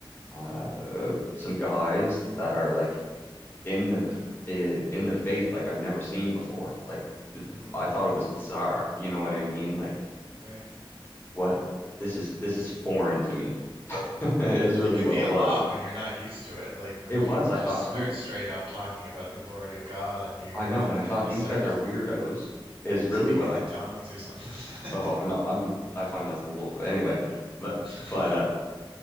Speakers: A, on the left; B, on the right.
A: uh, uh, some guys that are like in their eh, in their faith, like I've never seen before. Like the,
B: mm-hmm,
A: I thought it was bizarre. You know what I mean? Like
B: right.
A: what this is this is foreign to me <laughs> is
B: Mm.
A: really
B: It can
A: what
B: be
A: it
B: a
A: was.
B: lot when you're not used to it. Like when
A: It was.
B: people
A: I
B: just
A: thought
B: start
A: who
B: straight up talking about the glory of God and you're
A: I
B: you're
A: know,
B: out
A: and
B: of
A: I
B: it
A: thought
B: and you're
A: these
B: just like
A: guys are weirdos is really
B: speaking
A: what I
B: in tongues or something.
A: oh I'm not I'm I find that's a little anyway, but
B: <laughs>
A: but uh